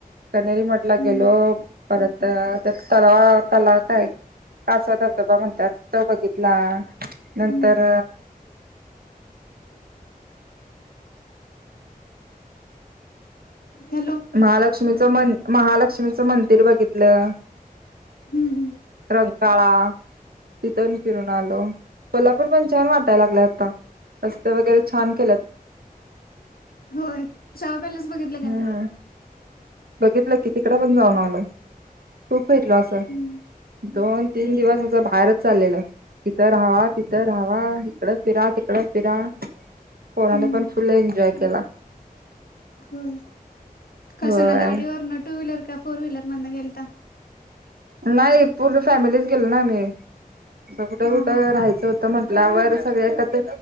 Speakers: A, on the right; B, on the left.
A: कनेरी मठला
B: हम्म
A: गेलो परत तर त्या तलावा तलाव काय कासव धबधबा म्हणतात तो बघितला नंतर
B: हम्म <inaudible> हॅलो
A: महालक्ष्मीच मन महा लक्ष्मीचं मंदिर बघितलं
B: हम्म हम्म
A: रंगाळा तिथून फिरून आलो कोल्हापूर पन छान वाटायला लागलंय आता रस्त वगैरे छान केल्यात
B: होय शाहू पॅलेस बघितलं का
A: हम्म
B: नाही
A: बघितलं की तिकड पण जाऊन आलो खूप फिरलो असं
B: हम्म
A: दोन तीन दिवस असं बाहेरच चाललेलं इथं राव्हा तिथ राहावा इकड फिरा तिकड फिरा पोराने
B: हम्म
A: पण फुल एन्जॉय केला
B: होय कस
A: होय
B: ना गाडीवर न टू व्हीलर का फोर व्हीलर मधन गेलता
A: नाही पूर्ण फॅमिलीच गेलो ना आम्ही कुठे
B: हा
A: कुठं
B: हा
A: राहायचं होत म्हंटल्यावर सगळे एकत